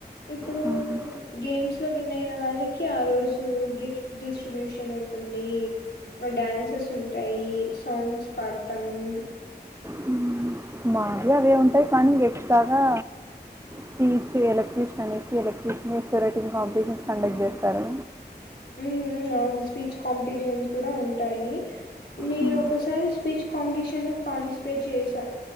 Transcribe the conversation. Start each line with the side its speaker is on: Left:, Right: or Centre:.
Left: ఇప్పుడు
Right: హ్మ్.
Left: గేమ్స్ లో విన్ అయిన వాళ్ళకి ఆ రోజు గిఫ్ట్స్ డిస్ట్రిబ్యూషన్ ఉంటుంది డ్యాన్సెస్ ఉంటాయి సాంగ్స్ పాడతాము
Right: హ్మ్. మావి అవే ఉంటాయి కానీ ఇంగ ఎక్స్ట్రాగా స్పీచ్ ఎలక్ట్ర్రిషన్ అనేసి ఎలక్ట్ర్రిషన్ రైటింగ్ కాంపిటీషన్స్ కండక్ట్ చేస్తారు
Left: ఉ అవును స్పీచ్ కాంపిటీషన్స్ కూడా ఉంటాయి నేను
Right: హ్మ్.
Left: ఒకసారి స్పీచ్ కాంపిటీషన్ లో పార్టిసిపేట్ చేసా